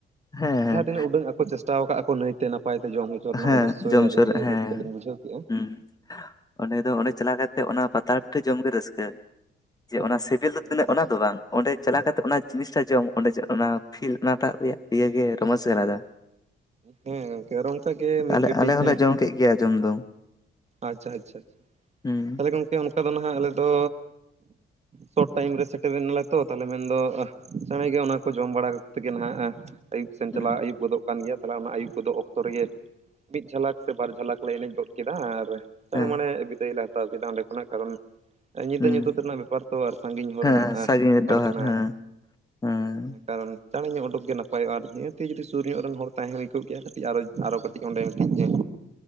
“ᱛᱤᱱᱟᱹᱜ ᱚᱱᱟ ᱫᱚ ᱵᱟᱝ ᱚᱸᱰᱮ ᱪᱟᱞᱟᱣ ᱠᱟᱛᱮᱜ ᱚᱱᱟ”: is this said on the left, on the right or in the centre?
Left